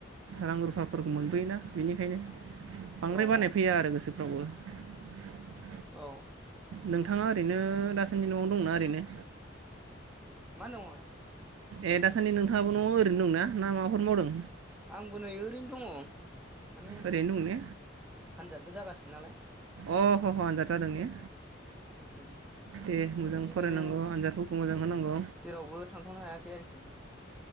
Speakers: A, on the right; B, in the centre.
A: रां रुफा फोरखौ मोनबोयोना बेनिखायनो बांद्राय
B: औ
A: बानाय
B: औ
A: फैया आरो गोसो <unintelligible>
B: औ
A: नोंथाङा ओरैनो दा सानदि न'आव दंना ओरैनो?
B: मा होनदों मामाइ?
A: ए दासान्दि नोंथाङाबो न' ओरैनो दंना ना माबाफोर मावदों?
B: आंबो नै ओरैनो दङ। माने आनजादबो
A: ओरैनो दं ने
B: जागासिनो। नालाय
A: अ ह ह आनजाथ' जादों ने?
B: उम उम
A: दे मोजां
B: बेनिखायनो
A: फरायनांगौ आनजादफोरखौ मोजां होनांगौ
B: जेरावबो थांथ'नो हायाखै आरोखि।